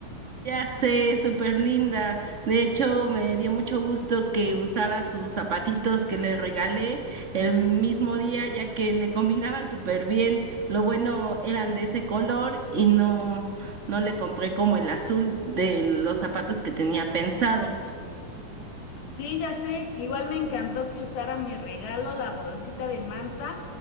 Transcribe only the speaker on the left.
Sí, ya sé. Igual me encantó que usara mi regalo, la bolsita de manta.